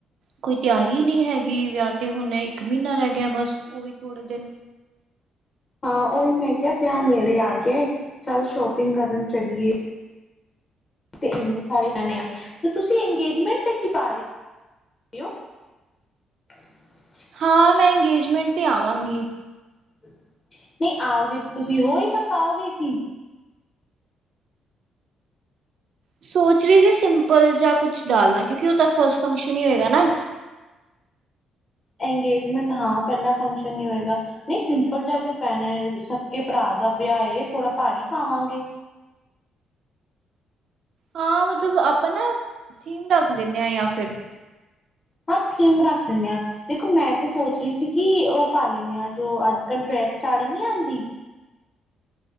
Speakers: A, on the right; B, on the left.
A: ਕੋਈ ਤਿਆਰੀ ਨਹੀਂ ਹੈਗੀ, ਵਿਆਹ ਤੇ ਹੁਣ ਇੱਕ ਮਹੀਨਾ ਰਹਿ ਗਿਆ, ਬਸ ਉਹ ਵੀ ਥੋੜੇ ਦਿਨ।
B: ਹਾਂ ਉਹੀ ਮੈਂ ਕਿਹਾ, ਵਿਆਹ ਨੇੜੇ ਆ ਗਿਆ, ਚੱਲ ਸ਼ੋਪਿੰਗ ਕਰਨ ਚਲੀਏ। ਤੇ ਇੰਨੇ ਸਾਰੇ ਜਾਣੇ ਆ, ਤੇ ਤੁਸੀਂ ਅੰਗੇਜਮੈਂਟ ਤੇ ਕੀ ਪਾ ਰਹੇ ਹੋ? <unintelligible>
A: ਹਾਂ ਮੈਂ, ਇੰਗੇਜਮੈਂਟ ਤੇ ਆਵਾਂਗੀ।
B: ਨਹੀਂ, ਆਓਗੇ ਤੇ ਤੁਸੀਂ ਹੋ ਹੀ, ਪਰ ਪਾਓਗੇ ਕੀ?
A: ਸੋਚ ਰਹੀ ਸੀ, ਸਿੰਪਲ ਜਿਹਾ ਕੁਛ ਡਾਲਣਾ, ਕਿਉਂਕਿ ਉਹ ਤਾਂ ਫਸਟ ਫੰਕਸ਼ਨ ਹੀ ਹੋਏਗਾ ਨਾ।
B: ਇੰਗੇਜਮੈਂਟ ਹਾਂ, ਪਹਿਲਾਂ ਫੰਕਸ਼ਨ ਹੀ ਹੋਏਗਾ। ਨਹੀਂ ਸਿੰਪਲ ਜਾ ਕਿਉਂ ਪੈਣਾ, ਸਕੇ ਭਰਾ ਦਾ ਵਿਆਹ ਏ, ਥੋੜਾ ਭਾਰੀ ਪਾਵਾਂਗੇ।
A: ਹਾਂ ਮਤਲਬ ਆਪਾਂ ਨਾ ਥੀਮ ਰੱਖ ਲੈਂਦੇ ਹਾਂ ਜਾਂ ਫਿਰ
B: ਹਾਂ ਥੀਮ ਰੱਖ ਲੈਂਦੇ ਹਾਂ ਦੇਖੋ ਮੈਂ ਤੇ ਸੋਚ ਰਹੀ ਸੀ ਕਿ ਉਹ ਪਾ ਲੈਂਦੇ ਆ ਜੋ ਅੱਜ ਕੱਲ ਡਰੈਪ ਸਾੜੀ ਨਹੀਂ ਆਉਂਦੀ